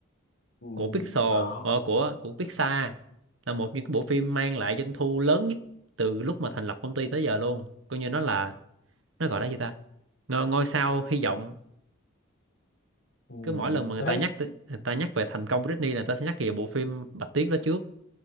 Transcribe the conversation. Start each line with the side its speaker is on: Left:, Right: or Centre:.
Left: ừ.
Right: của Pixar
Left: Ồ
Right: ờ, của của Pixar là một những cái bộ phim mang lại doanh thu lớn nhất từ lúc mà thành lập công ty tới giờ luôn coi như nó là nó gọi là gì ta ngôi, ngôi sao hy vọng
Left: Ừ,
Right: cứ mỗi lần mà người
Left: tôi
Right: ta
Left: thấy
Right: nhắc tới- người ta nhắc về thành công của Disney là người ta sẽ nhắc về bộ phim Bạch Tuyết đó trước